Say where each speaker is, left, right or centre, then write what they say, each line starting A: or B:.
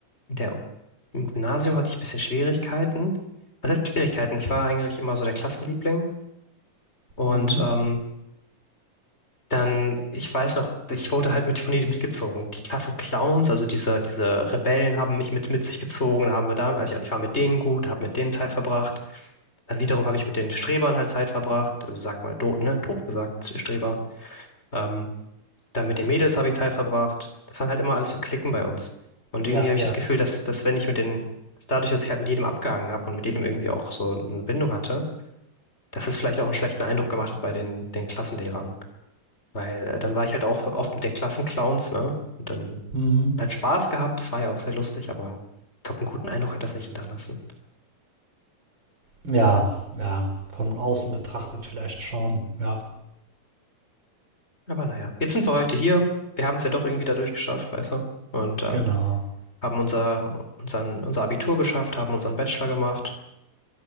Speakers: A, on the left; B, on the right.
A: in der, im Gymnasium hatte ich ein bisschen Schwierigkeiten. Was heißt Schwierigkeiten? Ich war eigentlich immer so der Klassenliebling. Und
B: Mhm.
A: ähm, dann, ich weiß noch, ich wurde halt mit von jedem mitgezogen. Die Klassenclowns, also diese, diese Rebellen, haben mich mit, mit sich gezogen, haben wir da, also ich war mit denen gut, habe mit denen Zeit verbracht. Dann wiederum habe ich mit den Strebern halt Zeit verbracht. Also sag mal, doof, ne? Doof gesagt, Streber. Ähm, Dann mit den Mädels habe ich Zeit verbracht. Das waren halt immer alles so Klicken bei uns. Und
B: Ja,
A: irgendwie habe ich
B: ja.
A: das Gefühl, dass, dass wenn ich mit den, dass dadurch, dass ich halt mit jedem abgehangen habe und mit jedem irgendwie auch so eine Bindung hatte, dass es vielleicht auch einen schlechten Eindruck gemacht hat bei den, den Klassenlehrern. Weil äh, dann war ich halt auch oft mit den Klassenclowns, ne? Und dann
B: Mhm.
A: halt Spaß gehabt, das war ja auch sehr lustig, aber ich glaube, einen guten Eindruck hat das nicht hinterlassen.
B: Ja, ja. Von außen betrachtet vielleicht schon. Ja,
A: Aber naja, jetzt sind wir heute hier. Wir haben es ja doch irgendwie dadurch geschafft, weißt du? Und äh,
B: genau.
A: haben unser, unseren, unser Abitur geschafft, haben unseren Bachelor gemacht.